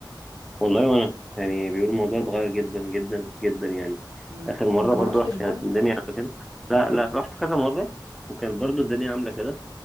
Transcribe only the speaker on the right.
مم.
انت
ما روحتش
برضو